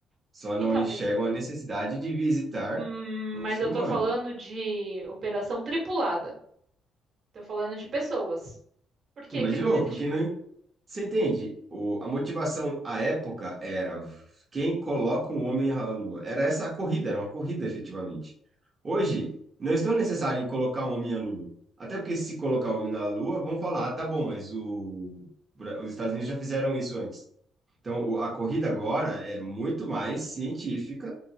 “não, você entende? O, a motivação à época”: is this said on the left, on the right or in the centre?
Right